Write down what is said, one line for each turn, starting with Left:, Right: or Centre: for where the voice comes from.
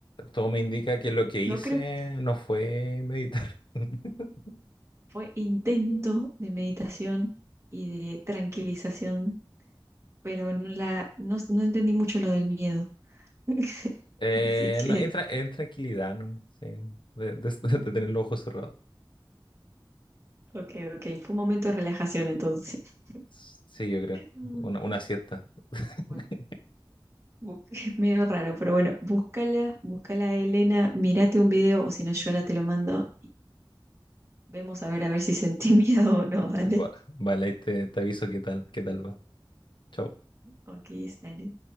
Left: todo me indica que lo que hice
Right: No creo que
Left: no fue meditar. <laughs>
Right: fue intento de meditación y de tranquilización, pero no, la, no, no entendí mucho lo del miedo. <laughs>
Left: Eh,
Right: Así que,
Left: no, entra en tranquilidad, ¿no? Sí, de, de- <laughs> de tener los ojos cerrados.
Right: ok, ok, fue un momento de relajación entonces. <laughs>
Left: Sí, yo creo.
Right: Mm.
Left: Una, una siesta. <laughs>
Right: Bueno, bu- <laughs> es medio raro, pero bueno, búscala, búscala a Elena, mírate un video o si no yo ahora te lo mando Vemos a ver a ver si sentí <laughs> miedo o no, dale.
Left: Va- vale, ahí te, te aviso qué tal, qué tal va. Chao.
Right: Ok, dale.